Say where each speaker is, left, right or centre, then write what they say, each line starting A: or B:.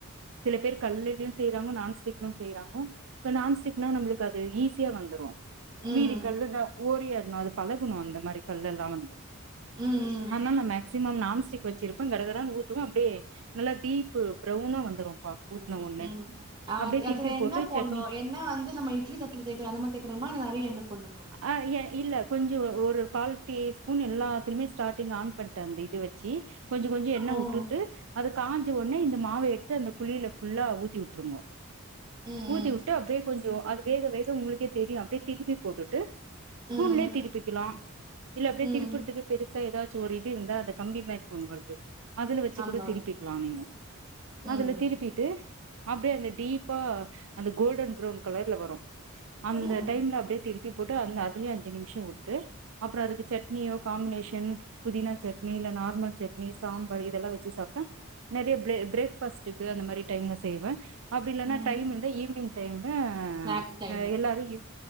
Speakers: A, on the right; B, on the right.
A: சில பேர் கல்லுல செய்றாங்க நான்ஸ்டிக்குலயு செய்யறாங்க நான்ஸ்டிக்னா நம்மளுக்கு அது ஈஸியா வந்துரு
B: ம் ம்
A: மீதி கல்லுன்ன ஓரியாடணு அது பழகணு அந்த மாரி கல்லெல்லா வந்து
B: ம்
A: ஆமா நா மேக்சிமம் நான் ஸ்டிக் வச்சிருப்போ கடகடன்னு ஊத்துவே அப்டியே நல்லா டீப்பு ப்ரௌனா வந்துரும்பா ஊத்துன
B: ம்
A: ஒட்னே
B: ம் அ
A: அப்டியே
B: அதுல
A: திருப்பி
B: என்ன
A: போட்டு
B: போணு
A: சட்னி
B: எண்ணெய் வந்து நம்ம இட்லி தட்ல தேக்கற அந்த மாரி தேக்கணுமா இல்ல நெறய எண்ணெ போடனுமா
A: ஆ ஏ இல்ல கொஞ்சோ ஒரு கால் டீ ஸ்பூன் எல்லாத்துலயுமே ஸ்டார்ட்டிங் ஆன் பண்டே அந்த இது வ ச்சி கொஞ்சோ கொஞ்சோ எண்ணெ
B: ம்
A: வுட்டுட்டு அத காஞ்சவுனே இந்த மாவ எடுத்து அந்த குழியில ஃபுல்லா ஊத்தி வுட் ருங்கோ
B: ம்
A: ஊத்திவுட்டு அப்டியே கொஞ்சோ அது வேக வேக உங்களுக்கே தெரியு அப்டியே திருப்பி போட்டுட்டு ஸ்பூன்லயே
B: ம்
A: திருப்பிக்கலா இல்ல அப்டியே
B: ம்
A: திருப்பறதுக்கு பெருசா ஏதாச்சு ஒரு இது இருந்தா அது கம்பி மாரி ஒன்னு வருது அதுல வச்சு
B: ஆமா
A: கூட திருப்பிக்கலா நீங்க
B: ம்
A: அதுல திருப்பிட்டு அப்டியே அந்த டீப்பா அந்த கோல்டன் ப்ரெவ்ன் கலர்ல வரு அந்த
B: ம்
A: டைம்ல அப்டியே திருப் பி போட்டு அந்த அதுலயு அஞ்சு நிமிஷோ வுட்டு அப்றோ அதுக்கு சட்னியோ காம்பினேஷன் புதினா சட்னி இல்ல நார்மல் சட்னி சாம்பார் இதெல்லா வச்சு சாப்ட்டா நெறையா பிரே பிரேக்ஃபாஸ்ட்டுக்கு அந்த மாரி டைம்ல சா தேவ அப்டி இல்லன்னா
B: ம்
A: டைம் இந்தா ஈவினிங் டைம்ல
B: ஸ்நாக்ஸ் டைம்ல
A: ஆ எல்லாரு இருக்